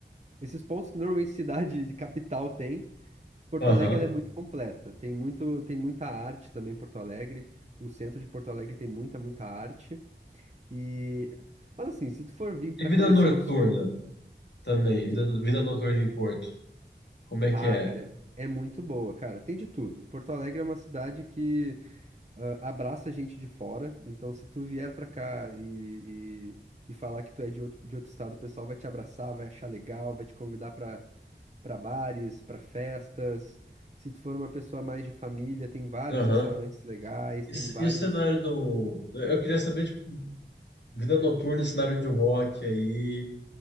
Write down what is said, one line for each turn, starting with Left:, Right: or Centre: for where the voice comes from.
Right: esses pontos que normalmente cidade de capital tem. Porto
Left: Aham.
Right: Alegre ela é muito completa. Tem muito, tem muita arte também em Porto Alegre. O centro de Porto Alegre tem muita, muita arte. E mas assim, se tu for vir para
Left: E vida
Right: conhecer
Left: noturna
Right: o sul,
Left: também,
Right: de-
Left: da- vida noturna em Porto. Como é
Right: ah,
Left: que é?
Right: cara, é muito boa, cara. Tem de tudo. Porto Alegre é uma cidade que ah, abraça gente de fora. Então, se tu vier para cá e, e, e falar que tu é de outro, de outro estado, o pessoal vai te abraçar, vai achar legal, vai te convidar para para bares, para festas. Se tu for uma pessoa mais de família, tem vários
Left: Aham.
Right: restaurantes legais,
Left: E,
Right: tem
Left: c-
Right: vários.
Left: e o cenário do. Eu queria saber, tipo, vida noturna, cenário de rock aí,